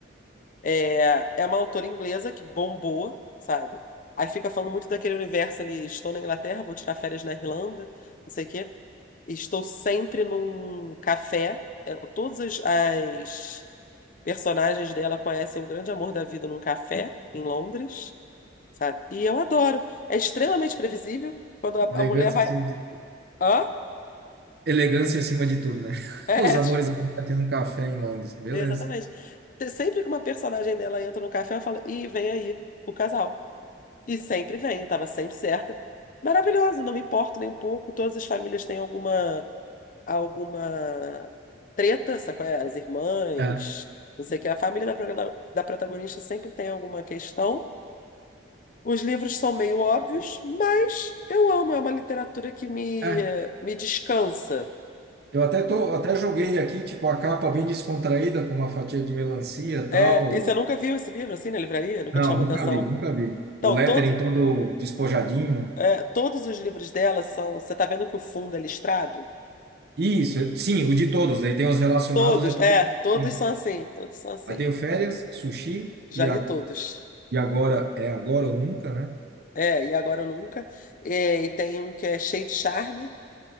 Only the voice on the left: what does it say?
É, é uma autora inglesa que bombou, sabe? Aí fica falando muito daquele universo ali, estou na Inglaterra, vou tirar férias na Irlanda, não sei o quê. Estou sempre num café. É, todas as as personagens dela conhecem o grande amor da vida num café em Londres, sabe? E eu adoro. É extremamente previsível quando a,
a mulher vai.
Hã?
É,
é, tipo,
exatamente. Te- Sempre que uma personagem dela entra no café, eu falo, ih, vem aí, o casal. E sempre vem, eu tava sempre certa. Maravilhoso, não me importo nem um pouco. Todas as famílias têm alguma alguma treta, sabe qual é? As irmãs,
não sei o que. A família da, progra- da protagonista sempre tem alguma questão. Os livros são meio óbvios, mas eu amo, é uma literatura que me,
me descansa.
É,
e você nunca viu esse livro assim na livraria? Nunca
te chamou
atenção?
Então,
todo,
é, todos os livros dela são. Você tá vendo que o fundo é listrado?
Todos,
é,
todos
são assim, todos são assim.
Já
li
todos.
É, e agora eu nunca. É, e tem um que é cheio de charme,